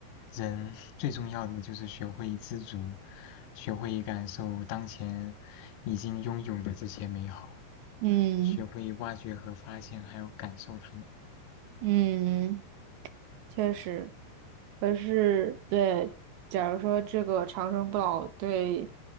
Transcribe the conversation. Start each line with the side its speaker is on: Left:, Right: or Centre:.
Left: 人最重要的就是学会知足，学会感受当前已经拥有的这些美好，
Right: 嗯
Left: 学会挖掘和发现，还有感受它们。
Right: 嗯，确实。可是，对，假如说这个长生不老对